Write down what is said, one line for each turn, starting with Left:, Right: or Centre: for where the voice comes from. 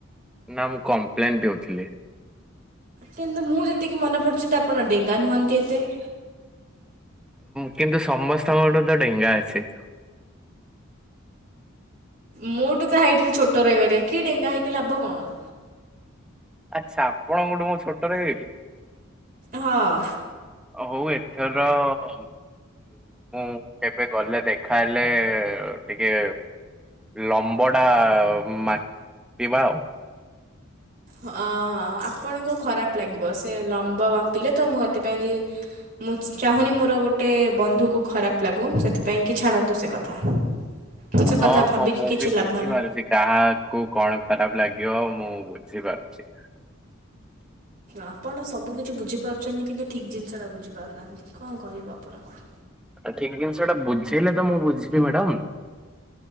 Centre: ନା ମୁଁ କଂପ୍ଲାନ ପିଉ ଥିଲି।
Right: କିନ୍ତୁ ମୁଁ ଯେତିକି ମନେ ପଡୁଛି ତ ଆପଣ ଡେଙ୍ଗା ନୁହଁନ୍ତି ଏତେ।
Centre: କିନ୍ତୁ ସମସ୍ତଙ୍କଠୁ ତ ଡେଙ୍ଗା ଅଛି।
Right: ମୁଁ ଠୁ ତ ହାଇଟ ରେ ଛୋଟ ରହିଗଲେ କି ଡେଙ୍ଗା ହେଇକି ଲାଭ କଣ।
Centre: ଆଚ୍ଛା ଆପଣଙ୍କ ଠୁ ମୁଁ ଛୋଟ ରହିଗଲି।
Right: ହଁ।
Centre: ଅ ହଉ ଏଥରମ୍। ମୁଁ କେବେ ଗଲେ ଦେଖା ହେଲେ ଟିକେ। ଲମ୍ବଟା ମା ପିବା ଆଉ।
Right: ଅଁ ହଁ ଆପଣଙ୍କୁ ଖରାପ ଲାଗିବ ସେ ଲମ୍ବ ମାପିଲେ ତ ମୁଁ ଏଥିପାଇଁକି। ମୁଁ ଚାହୁଁନି ମୋର ଗୋଟେ ବନ୍ଧୁକୁ ଖରାପ ଲାଗୁ ସେଥିପାଇଁକି ଛାଡ଼ନ୍ତୁ ସେ କଥା। <inaudible>
Centre: ହଁ
Right: କଥା ଭାବିକି
Centre: ହଁ ମୁଁ
Right: କିଛି
Centre: ବି
Right: ଲାଭ
Centre: ବୁଝିପାରୁଚି
Right: ନାହିଁ।
Centre: କାହା କୁ କଣ ଖରାପ ଲାଗିବ ମୁଁ ବୁଝିପାରୁଛି।
Right: ଆପଣ ସବୁ କିଛି ବୁଝିପାରୁଛନ୍ତି କିନ୍ତୁ ଠିକ୍ ଜିନିଷଟା ବୁଝିପାରୁନାହାନ୍ତି କଣ କହିବ ଆପଣଙ୍କୁ।
Centre: ତ ଠିକ ଜିନିଷଟା ବୁଝେଇଲେ ତ ମୁଁ ବୁଝିବି ମ୍ୟାଡାମ।